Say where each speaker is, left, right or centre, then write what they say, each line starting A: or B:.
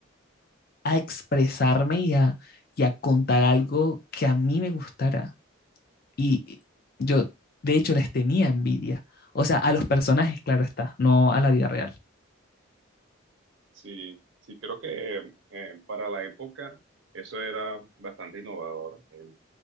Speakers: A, on the left; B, on the right.
A: a expresarme y a, y a contar algo que a mí me gustara. Y yo, de hecho, les tenía envidia. O sea, a los personajes, claro está, no a la vida real.
B: Sí, sí, creo que eh, para la época eso era bastante innovador, el,